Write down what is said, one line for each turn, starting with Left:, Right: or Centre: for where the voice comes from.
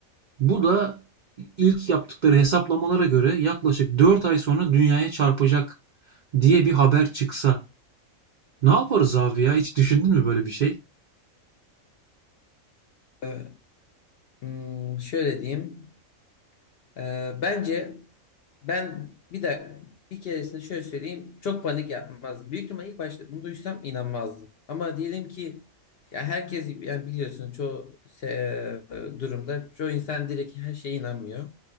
Right: Bu da ilk yaptıkları hesaplamalara göre yaklaşık 4 ay sonra dünyaya çarpacak diye bir haber çıksa. Ne yaparız abi ya? Hiç düşündün mü böyle bir şey?
Left: Ee, hmm, şöyle diyeyim. Ee, bence ben bir de bir keresinde şöyle söyleyeyim çok panik yapmazdım. Büyük ihtimal ilk başta bunu duysam inanmazdım. Ama diyelim ki ya herkes yani biliyorsun çoğu se- e, durumda çoğu insan direkt her şeye inanmıyor.